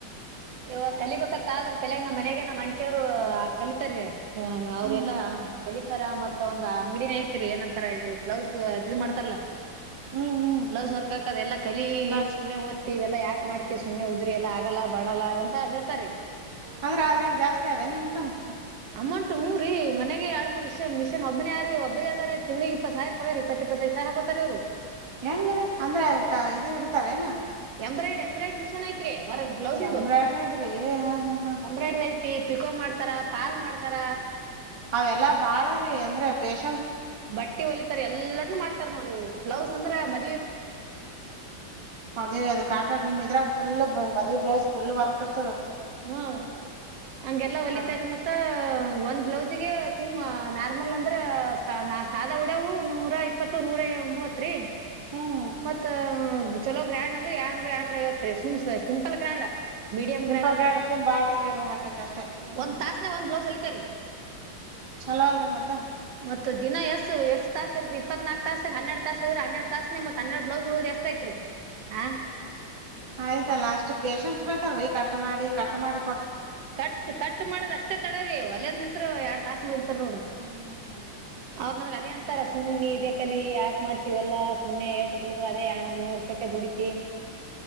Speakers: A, on the right; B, on the right.
A: ಯಾವಾ ಕಲಿಬೇಕತ್ತ ಆದ್ರ ತಲಗ ನಮ್ಮ ಮನ್ಯಾಗ ಅಂಟಿಯರು ಕಲಿತಾರೀ. ಹಾ
B: ಹ್ಮ್
A: ಅವ್ರೆಲ್ಲಾ ಖಲಿ ತರ ಮತ್ತ ಒಂದ ಅಂಗಡಿನ ಐತ್ರಿ ಏನಂತಾರ ಇದ ಬ್ಲೌಸ್ ಅದ ಮಾಡ್ತಾರಲ್ಲ.
B: ಹ್ಮ್ ಹ್ಮ್
A: ಬ್ಲೌಸ್ ವರ್ಕ್ ಹಕದ ಎಲ್ಲ ಕಲಿ
B: ಬ
A: ಏನ್ ಸುಮ್ನೆ ಓದ್ತಿ ಇವೆಲ್ಲ ಯಾಕ್ ಮಾಡತ ಸುಮ್ನೆ ಉದ್ರಿ ಎಲ್ಲಾ ಎಲ್ಲ ಬಾಡಲ್ಲ ಅಂತ ಹೇಳ್ತಾರೀ.
B: ಅದ್ರೆ ಅದ್ರಾಗ ಜಾಸ್ತಿ ಅದೇನೆ ಇನ್ಕಮ್.
A: ಅಮೌಂಟ್ ಹುರಿ ಮನೆಗ ಎರಡ್ಮರ್ ವಿಷ ಮಿಷನ್ ಒಬ್ಬನ ಯಾರೀ ಒಬರಿ ಅದಾರ ತಿಂಗಳಿ ಇಪ್ಪತ್ ಸಾವಿರ ರಪ ಇ ಇಪ್ಪತೈದ ಸವಾರ ಹಾಕೋತಾರ ಅವ್ರು.
B: ಹೆಂಗ್ರೀ ಅಂದ್ರ ಕ ಇದ ಹಿಡ್ತಾರ ಏನ.
A: ಎಂಬ್ರಡ್ ಎಂಬ್ರಯ್ಡ್ ಮಿಷನ್ ಐತ್ರಿ. ಒರ ಬ್ಲೌಸ್ ಇಂದು
B: ಎಂಬ್ರಾಯ್ಡ್ರಿದ್ರಿ ಹ ಹ ಹ
A: ಎಂಬ್ರಯ್ಡದ ಐತಿ. ಪಿಕೋ ಮಾಡ್ತರ ಪಾಲ್ ಮಾಡ್ತರ.
B: ಅವೆಲ್ಲಾ ಬಾಳರೀ ಅಂದ್ರ ಪೇಶ
A: ಬಟ್ಟಿ ಒಲಿತಾರ ಎಲ್ಲನು ಮಾಡ್ತಾರ ನೋರಿ ಬ್ಲೌಸ್ ಅಂದ್ರ ಮ
B: ಮದ ಅದ ಕಾಟ ನಿಮ್ ಇದ್ರಾಗ ಫುಲ್ ಮದ್ವಿ ಫುಲ್ ವರ್ಕ್ರ್
A: ಹು ಹಂಗೆಲ್ಲ ಹೊಲಿತಾರ
B: ಅದ
A: ಮತ್ತ ಒಂದ್ ಬ್ಲೌಸ್ ಸುಮ್ ನಾರ್ಮಲ ಅಂದ್ರ ನ ಸಾದಾ ಉಡವು ನೂರ ಇಪ್ಪತ್ತು ನೂರ ಮೂವತ್ರಿ.
B: ಹ್ಮ್
A: ಮತ್ತ ಚಲೋ ಗ್ರ್ಯಾಂಡ್ ಅಂದ್ರ ಎಡ್ನೂರ ಏನೂರ ಐವತ್ ರೀ ಸುಮ್ simple grand. Medium
B: simple
A: grand ಅಂದ್ರ
B: ಗಾಡ್ ಸುಮ್ ಬಾಡ್ರ ಗಿಡ್ರ ಹಾಕಕ್ ಅಷ್ಟೇ ಹ್ಮ್
A: ಒಂದ್ ತಾಸನ್ಯಾಗ ಒಂದ್ ಬ್ಲೌಸ್ ಹೊಲಿತಾಂರಿ.
B: ಚಲೋ ಅಲ್ರಿ ಮತ್ತ
A: ಮತ್ತ ದಿನ ಎಸ ಎಷ್ ತಾಸ್ ಇರಾತ್ ಇಪ್ಪನಾಲ್ಕ ತಾಸ್ ಹನ್ನೆರಡ ತಾಸ ಇದ್ರ ಹನ್ನೆರಡ ತಾಸನಗ ಮ ಹನ್ನೆರಡ ತಾಸನ್ಯಾಗ ಹದ್ರ ಎಷ್ಟ ಐತ್ರಿ. ಹಾ
B: ಆಯ್ತಲ್ಲ ಅಷ್ಟ ಪೇಶನ್ಸ್ ಬೇಕಲ್ರಿ ಕಟ್ ಮಾಡಿ ಕಟ್ ಮಾಡ
A: ಕಟ್ ಕಟ್ ಮಾಡದಷ್ಟ ತಡ್ರರಿ ಹೋಲೆಂದ್ ನಿಂತ್ತ್ರ ಎರಡ್ ತಾಸನ ನಿಲ್ತಾರ ನೋಡ್ರಿ.
B: ಹ್ಮ್
A: ಅವ್ರ ನನ್ಗ್ ಅದೇ ಅಂತ ಇತರ ಸುಮ್ ನೀ ಇದೇ ಕಲಿ ಯಾಕ್ ಮಾಡ್ತಿ ಎಲ್ಲ ಸುಮ್ನೆ ಎಟ್ಟ ದುಡದ್ರೂ ಅದೇ ಯ ನೂರ ರೂಪಾಯಕ ದುಡತಿ